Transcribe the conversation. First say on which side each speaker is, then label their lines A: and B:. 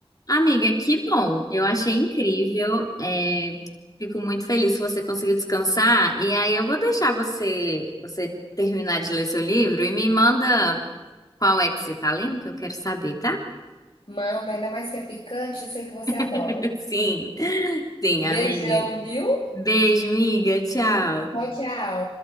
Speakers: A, on the left; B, on the left.
A: Amiga, que bom. Eu achei incrível. É, fico muito feliz que você conseguiu descansar. E aí eu vou deixar você você terminar de ler seu livro e me manda Qual é que você tá lendo que eu quero saber, tá?
B: Manda, ainda mais que é picante, eu sei que você adora.
A: <laughs> Sim, sim,
B: Beijão,
A: amiga.
B: viu?
A: Beijo, amiga. Tchau.
B: Tchau, tchau.